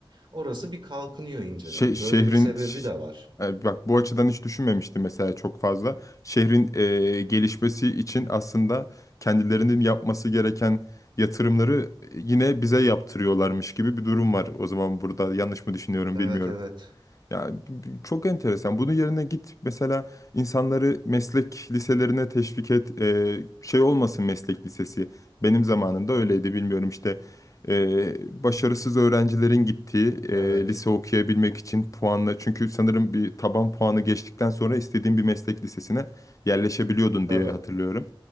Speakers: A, on the right (about 55°); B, on the left (about 35°).
A: orası bir kalkınıyor inceden.
B: Şe- şehrin
A: Böyle bir sebebi
B: ş-
A: de var.
B: e, bak bu açıdan hiç düşünmemiştim mesela çok fazla. Şehrin e, gelişmesi için aslında kendilerinin yapması gereken yatırımları e, yine bize yaptırıyorlarmış gibi bir durum var. O zaman burada yanlış mı düşünüyorum
A: Evet
B: bilmiyorum.
A: evet.
B: Ya çok enteresan. Bunun yerine git mesela insanları meslek liselerine teşvik et. Ee, şey olmasın meslek lisesi. Benim zamanımda öyleydi bilmiyorum işte. ee, başarısız öğrencilerin gittiği ee,
A: Evet.
B: lise okuyabilmek için puanla. Çünkü sanırım bir taban puanı geçtikten sonra istediğin bir meslek lisesine yerleşebiliyordun
A: Tabii.
B: diye hatırlıyorum.